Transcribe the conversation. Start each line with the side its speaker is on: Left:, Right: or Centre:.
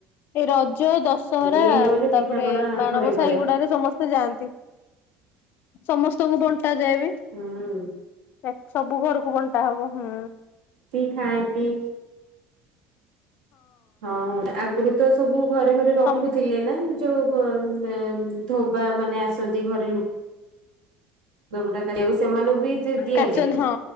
Left: ଏ ରଜ ଦଶହରା
Right: ଇଏ ମାନେ
Left: ଉଁ ତାପରେ
Right: ପିଠାପଣା
Left: ମାଣବସା
Right: ଘରେ ଘରେ
Left: ଏଗୁଡାରେ ସମସ ସେ ଯାଆନ୍ତି ସମସ୍ତଙ୍କୁ ବଣ୍ଟା ଯାଏ ବି ତାକ
Right: ହୁଁ
Left: ସବ ସବୁ ଘରକୁ ବଣ୍ଟା ହବ ହୁଁ
Right: ତି ଖାନ୍ତି। ହଁ ଆଗୁରୁ ତ ସବୁ ଘରେ ଘରେ ରଖୁଥିଲେ
Left: ସମ୍
Right: ନା ଯୋଉ ଗୁ ନା ଉଁ ଧୋବା ମାନେ ଆସ ଏଇ ଘରେ ଲୁ ଲୁଗା ପଟା କାଢ଼ିଆକୁ ସେମାନଙ୍କୁ ବି ଦି-ଦିଆଯାଏ
Left: କାଚନ୍ତି
Right: ଖୁ
Left: ହଁ